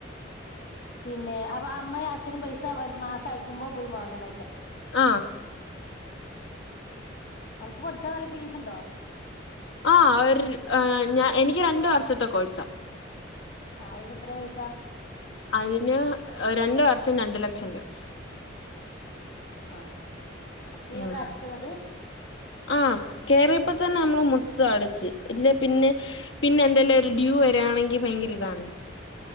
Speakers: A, on the left; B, on the left.
A: പിന്നെ അപ്പ അമ്മയും അച്ഛനും പൈസ മാസം അയക്കുമ്പോ പോയി വാങ്ങണ
B: ആ
A: ആ എനക്ക് പഠിച്ചാ നല്ല ഫീസ് ഉണ്ടോ
B: ആ ഒരു ഞ എനിക്ക് രണ്ടു വർഷത്തെ കോഴ്സാ
A: ആ അയിന് എത്ര പൈസാ
B: അതിന് രണ്ട വർഷം രണ്ടു ലക്ഷം രൂപ
A: ആ ഫീ
B: ഉം
A: ഒക്കെ അടച്ചന്നിട്ട്
B: ആ കേറിയ ഇപ്പ തന്നെ നമ്മള് മൊത്തൊമടച്ച് അല്ലെ പിന്നെ പിന്നെ എന്തെല്ല ഒരു ഡ്യൂ വരിയാണെങ്കി ഭയങ്കര ഇതാണ്